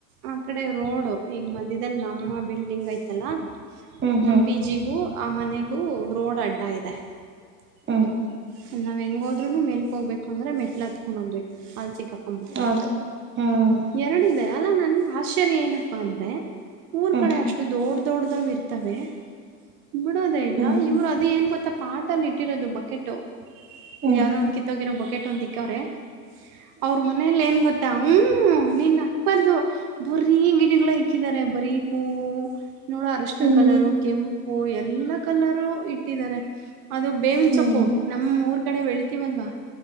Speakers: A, on the right; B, on the right.
A: ಆ ಕಡೆ ರೋಡ್ ಈಗ ಮಧ್ಯದಲ್ಲಿ ನಮ್ಮ ಬಿಲ್ಡಿಂಗ್ <unintelligible> <unintelligible>
B: ಹ್ಮ್
A: ನಮ್ಮ
B: ಹ್ಮ್
A: ಪಿಜಿ ಗೂ ಆ ಮನೆಗೂ ರೋಡ್ ಅಡ್ಡ ಇದೆ <unintelligible>
B: ಹ್ಮ್
A: ಹೋದ್ರುನು ಮೇಲ್ಕ್ ಹೋಗ್ಬೇಕು ಅಂದ್ರೆ ಮೆಟ್ಲ್ ಹತ್ಕೊಂಡ್ ಹೋಗ್ಬೇಕು ಅಲ್ ಸಿಕಾಹಕೊಂಡ್ಬಿಡ್ತಿವಿ
B: ಅದು ಹ್ಮ್
A: ಎರಡ ಇದೆ ಅಲ್ಲಾ ನನ್ಗೆ ಆಶ್ಚರ್ಯ ಏನಪ್ಪಾ ಅಂದ್ರೆ ಊರ್
B: ಹ್ಮ್
A: ಕಡೆ ಅಷ್ಟು ದೊಡ್ ದೊಡ್ದಾವ್ ಇರ್ತವೆ ಬಿಡೋದೇ ಇಲ್ಲ
B: ಹ್ಮ್
A: ಇವ್ರು ಅದ ಏನ್ ಗೊತ್ತಾ ಪಾಟಲ್ಲಿ ಇಟ್ಟಿರೋದು ಬಕೆಟು
B: ಹ್ಮ್
A: ಯಾವದೋ ಒಂದು ಕಿತ್ತೋಗಿರೋ ಬೊಕೆಟ್ ಒಂದ ಇಕ್ಕವ್ರೇ ಅವ್ರ ಮನೇಲಿ ಏನ್ <unintelligible> <unintelligible> ನಿನ್ ನಕ್ಬಾರ್ದು ಬರೀ ಗಿಡಗಳು ಇಕ್ಕಿದಿದ್ದಾರೆ ಬರೀ ಹೂ ನೋಡೋ ಅರಶಿನ
B: ಹ್ಮ್
A: ಕಲರು ಕೆಂಪು ಎಲ್ಲಾ ಕಲರು ಇಟ್ಟಿದ್ದಾರೆ ಅದು ಬೇವಿನ
B: ಹ್ಮ್
A: ಸೊಪ್ಪು ನಮ್ ಊರ್ ಕಡೆ ಬೆಳಿತೀವಲ್ವಾ